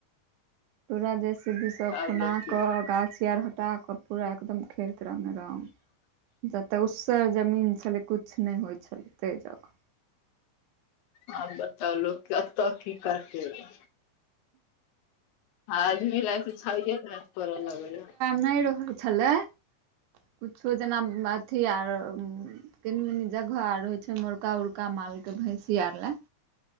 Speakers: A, on the right (about 80°); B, on the left (about 75°).
A: पुरा जेसी भी सब
B: आब
A: खुना
B: लोक की
A: कऽ गाछी आर हटा कऽ पुरा एकदम खेत रामे राम जतऽ उसर जमीन छलैय कुछ नै होइ छलैय तै जगह।
B: आब बताउ लोक कतह की करतैय? आब भी लायक छैये न करै लगऽ ले।
A: नै रहल छलैय कुछो जेना म अथी आर कनी मनी जगह आर होइ छैय मोरका उरका मालके भैंसी आर लऽ।